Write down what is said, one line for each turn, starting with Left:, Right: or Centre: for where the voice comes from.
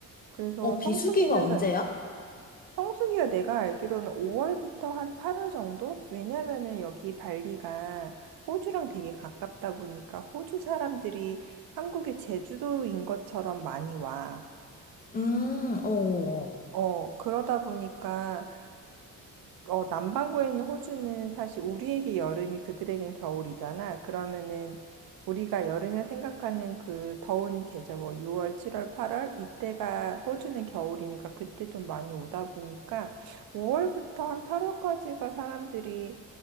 Right: 그래서
Left: 어, 비수기가
Right: 성수기는
Left: 언제야?
Right: 사- 성수기가 내가 알기로는 5월부터 한 8월 정도? 왜냐면은 여기 발리가 호주랑 되게 가깝다 보니까 호주 사람들이 한국의 제주도인 것처럼 많이 와.
Left: 음, 어,
Right: 어, 그러다 보니까 어, 남반구에 있는 호주는 사실 우리에게 여름이 그들에겐 겨울이잖아. 그러면은 우리가 여름에 생각하는 그 더운 계절, 뭐 6월, 7월, 8월 이때가 호주는 겨울이니까 그때 좀 많이 오다 보니까 5월부터 한 8월까지가 사람들이